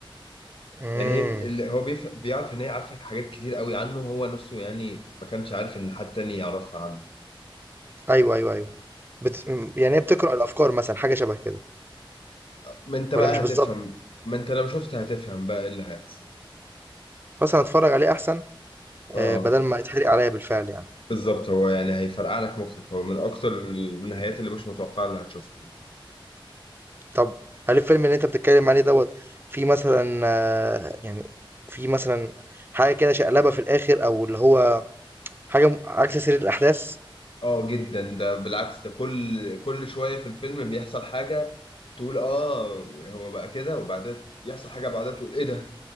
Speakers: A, on the right; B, on the left.
A: امم
B: يعني هي اللي هو بيف... بيعرف ان هي عارفة حاجات كتير قوي عنه هو نفسه يعني ما كانش عارف ان حد تاني يعرفها عنه
A: ايوه ايوه ايوه بت... يعني هي بتقرأ الافكار مثلا حاجه شبه كده
B: ما انت بقى
A: ولا مش بالظبط
B: هتفهم ما انت لو شفت هتفهم بقى ايه اللي هيحصل
A: خلاص انا اتفرج عليه احسن
B: اه
A: آآ بدل ما يتحرق عليَّ بالفعل يعني.
B: بالظبط هو يعني هيفرقع لك مخك هو من اكتر النهايات اللي مش متوقعه اللي هتشوفها
A: طب هل الفيلم اللي أنت بتتكلم عليه دوّة فيه مثلًا آه، يعني فيه مثلًا حاجة كده شقلبة في الآخر أو اللي هو حاجة م عكس سير الأحداث؟
B: اه جدا ده بالعكس ده كل كل شويه في الفيلم بيحصل حاجه تقول اه هو بقى كده وبعدين يحصل حاجه بعدها تقول ايه ده